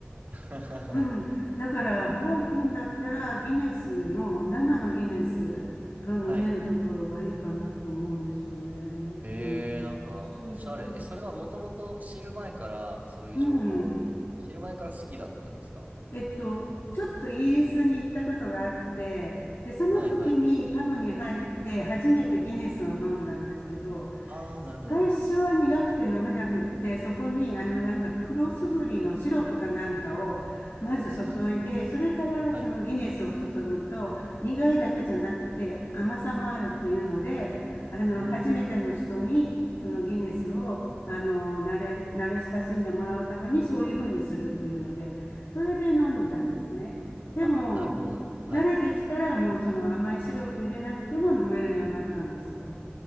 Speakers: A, on the right; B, on the left.
A: <laughs>
B: うん。だから、バー行くんだったら、ギネスの、生のギネスが飲めるところがいいかなと思うんですよね。
A: はい。えー、
B: うん。
A: なんか、
B: そういうところ。
A: おしゃれ。え、それはもともと知る前から、そういう情報を、
B: うん。
A: 知る前から好きだったんですか
B: えっと、ちょっとイギリスに行ったことがあって、で、その時にパブに入って初めてギネスを飲んだんですけど、
A: はいはい。ああ、なるほど。
B: 最初は苦くて飲めなくって、そこにあのなんか黒すぐりのシロップかなんかをまず注いで、それからそのギネスを注ぐと苦いだけじゃなくて甘さもあるっていうので、
A: はい。う
B: あの初めての人にそのギネスをあの慣れ、
A: ーん。
B: 慣れ親しんでもらうためにそういうふうにするっていうので、それで飲んでたんですね。でも、
A: あ、なるほど、なるほど。はい。
B: 慣れてきたらもうその甘いシロップ入れなくても飲めるようになったんですよ。